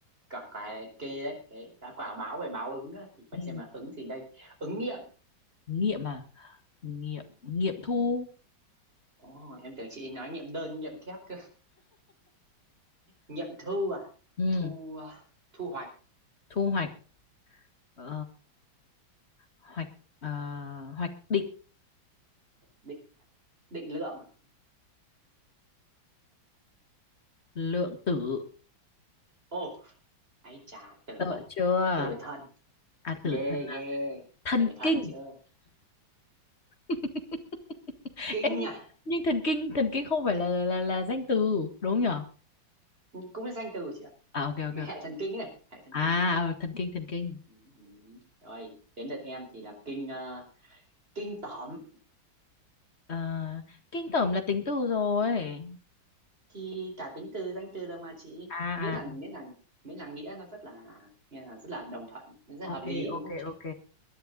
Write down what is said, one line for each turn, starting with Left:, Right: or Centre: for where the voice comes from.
Right: quả quả kê đấy Thế, đã quả báo về báo ứng á, thì còn
Left: ừ,
Right: xem là ứng gì đây ứng nghiệm
Left: nghiệm à nghiệm nghiệm thu
Right: Ồ, em tưởng chị nói nghiệm đơn nghiệm kép cơ nghiệm thu à
Left: ừ,
Right: thu à, thu hoạch
Left: thu hoạch ờ, hoạch ờ, hoạch định
Right: định định lượng à
Left: lượng tử
Right: ồ ấy chà tử
Left: sợ
Right: à
Left: chưa
Right: tử thần
Left: à
Right: ghê
Left: tử thần
Right: ghê
Left: là thần
Right: tử thần
Left: kinh
Right: chị ơi
Left: <laughs>
Right: kinh
Left: Ê, nhưng,
Right: à
Left: nhưng thần kinh thần kinh không phải là là là danh từ đúng nhở
Right: cũng là danh từ chị ạ
Left: à ok ok ok.
Right: hệ thần kinh ấy hệ thần
Left: à
Right: kinh
Left: ờ, thần kinh thần kinh
Right: ừ, ừ. rồi đến lượt em thì là kinh ờ, kinh tởm
Left: Ờ, kinh tởm là tính từ rồi
Right: thì cả tính từ danh từ đâu mà chị
Left: à
Right: miễn là
Left: à
Right: miễn là miễn là nghĩa nó rất là nghe là rất là đồng thuận nó rất là hợp
Left: ok
Right: lý đúng
Left: ok
Right: không chị
Left: ok